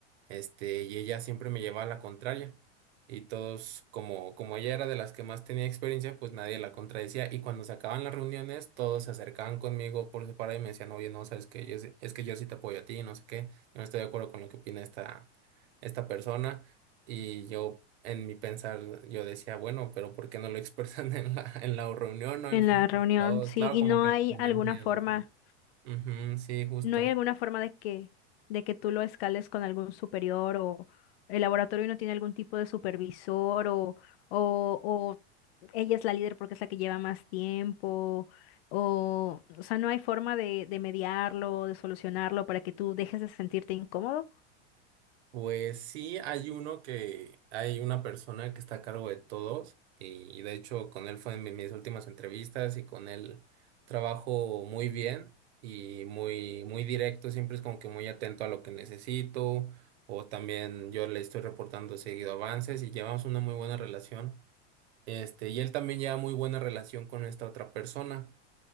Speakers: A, on the right; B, on the left.
A: este, y ella siempre me llevaba a la contraria. Y todos, como, como ella era de las que más tenía experiencia, pues nadie la contradecía. Y cuando se acababan las reuniones, todos se acercaban conmigo por separado y me decían, oye, no, sabes que es, es que yo sí te apoyo a ti, no sé qué, yo no estoy de acuerdo con lo que opina esta, esta persona. Y yo, en mi pensar, yo decía, bueno, pero ¿por qué no lo expresan <laughs> en la, en la reunión, no en
B: En
A: frente
B: la reunión,
A: de todos?
B: sí.
A: Claro,
B: ¿Y
A: como
B: no
A: que
B: hay
A: le tenían
B: alguna
A: miedo.
B: forma?
A: güey. Ujú, sí, justo.
B: ¿No hay alguna forma de que, de que tú lo escales con algún superior o el laboratorio no tiene algún tipo de supervisor o, o, o ella es la líder porque es la que lleva más tiempo? O, o sea, ¿no hay forma de, de mediarlo, de solucionarlo para que tú dejes de sentirte incómodo?
A: Pues sí, hay uno que, hay una persona que está a cargo de todos y de hecho con él fue en mi- mis últimas entrevistas y con él trabajo muy bien y muy, muy directo, siempre es como que muy atento a lo que necesito o también yo le estoy reportando seguido avances y llevamos una muy buena relación. Este, y él también lleva muy buena relación con esta otra persona.